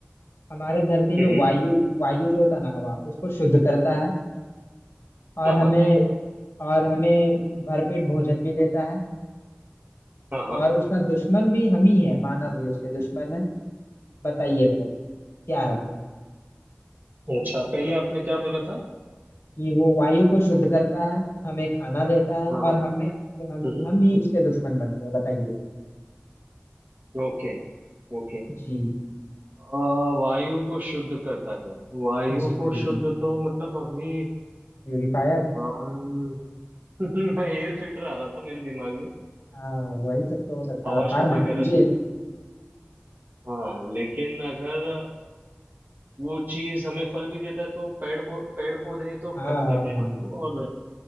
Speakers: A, on the left; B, on the right.
A: हमारे धरती में
B: हम्म
A: वायु वायु जो होता है ना हवा उसको शुद्ध करता है और
B: हाँ
A: हमें
B: हाँ
A: और हमें भरपेट भोजन भी देता है
B: हाँ हाँ
A: और उसका दुश्मन भी हम ही है मानव ही उसके दुश्मन है बताइए फिर क्या है वो
B: अच्छा पहले आपने क्या बोला था
A: कि वो वायु को शुद्ध करता है हमें खाना देता है
B: हाँ
A: और
B: हाँ
A: हमें और हम
B: हम्म
A: हम ही उसके दुश्मन बनते हैं बताइए
B: ओके ओके
A: जी
B: आ, वायु को शुद्ध करता है वायु
A: जी
B: को
A: बिल्कुल
B: शुद्ध तो मतलब अभी
A: प्यूरिफायर
B: अम, <laughs> एयर फिल्टर आ रहा था मेरे दिमाग में
A: हाँ वही सब तो हो सकता
B: हवा
A: है आप हार
B: शुद्धिकरण
A: मान लीजिए
B: हाँ लेकिन अगर वो चीज हमें फल भी देता है तो पेड़ पौ, पेड़ पौधे ही तो
A: हाँ
B: फल
A: हाँ
B: देते हैं
A: हाँ।
B: हमको और